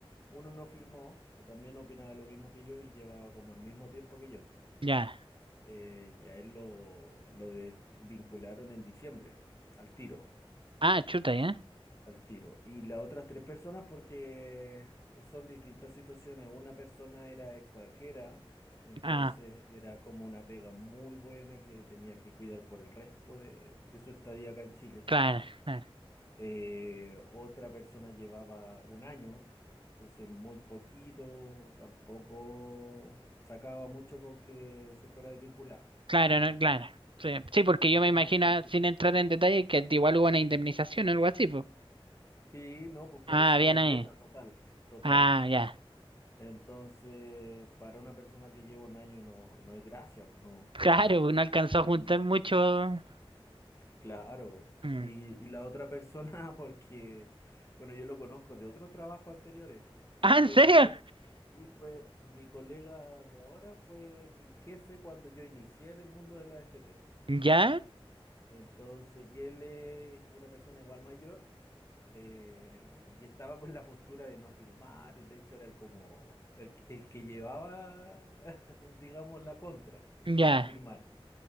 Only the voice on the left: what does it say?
uno no firmó, que también opinaba lo mismo que yo y llevaba como el mismo tiempo que yo.
Eh, y a él lo, lo desvincularon en diciembre, al tiro.
Al tiro. Y las otras tres personas porque son distintas situaciones. Una persona era extranjera, entonces
era como una pega muy buena que tenía que cuidar por el resto de, de su estadía acá en Chile.
Eh, otra persona llevaba un año, entonces muy poquito, tampoco sacaba mucho con que se fuera desvinculado.
El
tema,
el te-
¿Mm?
Sí, no, pues
por eso
completa,
total, total.
Entonces, para una persona que lleva un año no, no es gracia, pues no.
n-
Claro.
Y, y la otra persona, <laughs> porque, bueno, yo lo conozco de otros trabajos anteriores,
fue
mi jefe. Sí, fue mi colega de ahora, fue mi jefe cuando yo inicié en el mundo de la FP.
Entonces, y él es una persona igual mayor. eh, y estaba con la postura de no firmar, y de hecho era el como el, que- el que llevaba, <laughs> digamos, la contra
a firmar.